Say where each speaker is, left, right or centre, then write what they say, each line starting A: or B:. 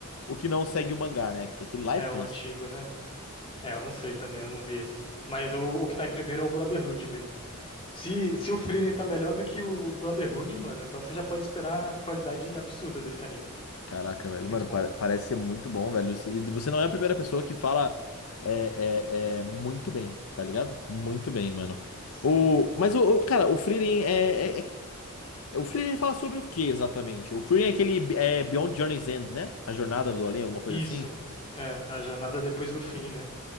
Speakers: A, on the left; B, on the left.
A: o que não segue o mangá, né? Que aquele lá
B: é
A: é tenso.
B: o antigo, né? É, eu não sei também, eu não vi esse. Mas o, o que tá em primeiro é o Brotherhood mesmo. Se, se o Frieren tá melhor do que o Brotherhood, mano, então você já pode esperar a qualidade absurda desse anime.
A: Caraca, velho,
B: É muito
A: mano, pare-
B: bom.
A: parece ser muito bom, velho. Você- E você não é a primeira pessoa que fala é, é, é, muito bem, tá ligado? Muito bem, mano.
B: Sim.
A: O, mas, o, o- cara, o Frieren é, é- é- O Frieren fala sobre o que exatamente? O Frieren é aquele é, Beyond Journey's End, né? A Jornada do Além, alguma coisa
B: Isso.
A: assim?
B: É, a jornada depois do fim, né?